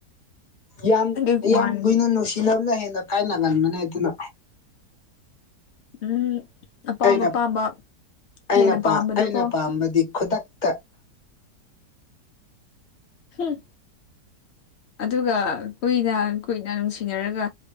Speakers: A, on the left (about 30°); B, on the left (about 75°).
A: ꯌꯥꯝ
B: ꯑꯗꯨꯒꯤ
A: ꯌꯥꯝ
B: ꯋꯥꯅꯤ
A: ꯀꯨꯏꯅ ꯅꯨꯡꯁꯤꯅꯕꯅ ꯍꯦꯟꯅ ꯀꯥꯏꯅꯒꯟꯕꯅꯦ ꯑꯗꯨꯅ
B: ꯎꯝ ꯑꯄꯥꯝ
A: ꯑꯩꯅ
B: ꯑꯄꯥꯝꯕ
A: ꯑꯩꯅ
B: ꯍꯦꯟꯅ
A: ꯄꯥ
B: ꯄꯥꯝꯕꯗꯣꯀꯣ
A: ꯑꯩꯅ ꯈꯨꯗꯛꯇ
B: ꯍꯨꯝ ꯑꯗꯨꯒ ꯀꯨꯏꯅ ꯀꯨꯏꯅ ꯅꯨꯡꯁꯤꯅꯔꯒ